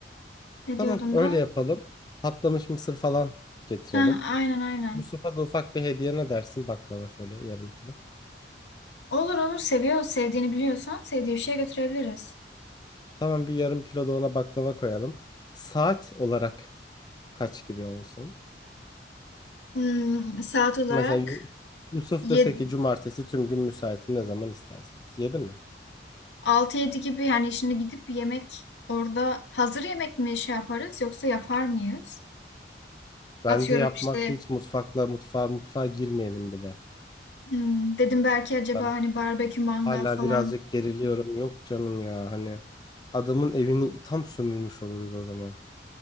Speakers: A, on the left (about 80°); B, on the left (about 25°).
A: Ne
B: Tamam
A: diyordum
B: öyle
A: ben?
B: yapalım. Patlamış mısır falan getirelim.
A: Heh, aynen aynen.
B: Yusuf'a da ufak bir hediye ne dersin? Baklava şöyle yarım kilo.
A: Olur olur. Seviyor. Sevdiğini biliyorsan sevdiği bir şeye götürebiliriz.
B: Tamam bir yarım kilo da ona baklava koyalım. Saat olarak kaç gibi olsun?
A: Hmm, saat olarak
B: Mesela Yu- Yusuf
A: 7,
B: dese ki cumartesi tüm gün müsaitim ne zaman isterseniz. Yedi mi?
A: 6-7 gibi yani şimdi gidip bir yemek orada hazır yemek mi şey yaparız yoksa yapar mıyız?
B: Bence
A: Atıyorum
B: yapmakla
A: işte
B: hiç mutfakla mutfağa mutfağa girmeyelim bile.
A: hmm, dedim belki acaba
B: Ben
A: hani barbekü mangal
B: hala
A: falan
B: birazcık geriliyorum. Yok canım ya hani adamın evini tam sömürmüş oluruz o zaman.